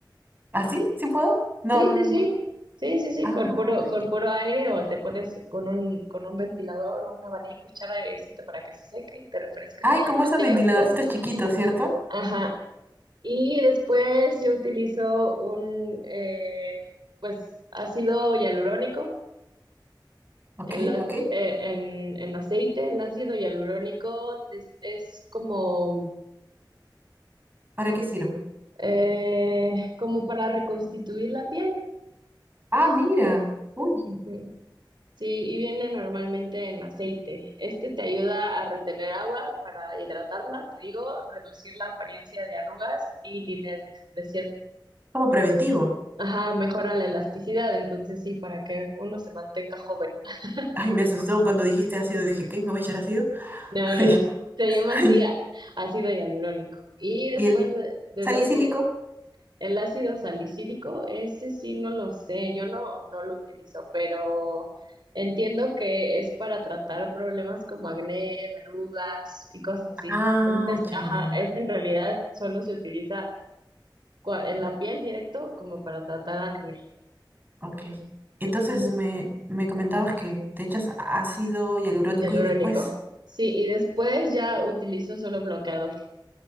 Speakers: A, on the right; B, on the right.
A: ¿Ah, sí? ¿Sí puedo? No.
B: Sí,
A: n-
B: sí, sí. Sí, sí, sí,
A: Ah,
B: con puro, con
A: ya.
B: puro aire o te pones con un, con un ventilador o un abanico, echar airecito para que se seque y te refresques
A: Ay,
B: al mismo
A: como esos
B: tiempo.
A: ventiladorcitos chiquitos, ¿cierto?
B: Ajá. Y después yo utilizo un, eh, pues, ácido hialurónico
A: Ok,
B: En, la-
A: ok.
B: eh, en, en aceite, el ácido hialurónico es, es como,
A: ¿Para qué sirve?
B: eh, como para reconstituir la piel.
A: Ah, mira. Uy,
B: Ujú. Sí, y viene normalmente en aceite. Este te ayuda a retener agua para hidratarla, te digo, reducir la apariencia de arrugas y líneas de expresión.
A: como preventivo.
B: Ajá, mejora la elasticidad, entonces sí, para que uno se mantenga joven. <laughs>
A: Ay, me asustó cuando dijiste ácido. Dije, ¿qué? ¿Me voy a echar ácido? <laughs>
B: No, no,
A: Ay,
B: no. Se llama
A: ay.
B: así á- ácido hialurónico. Y después
A: Y el
B: de- del
A: salicílico.
B: ácido. El ácido salicílico, ese sí no lo sé, yo no, no lo utilizo, pero entiendo que es para tratar problemas como acné, verrugas y cosas así.
A: Ah,
B: Entonces,
A: ya,
B: ajá,
A: ya, ya, ya.
B: es en realidad solo se utiliza cua- en la piel directo como para tratar acné.
A: Ok. Entonces
B: Ujú.
A: me, me comentabas que te echas ácido hialurónico
B: Hialurónico.
A: y después.
B: Sí, y después ya utilizo solo bloqueador.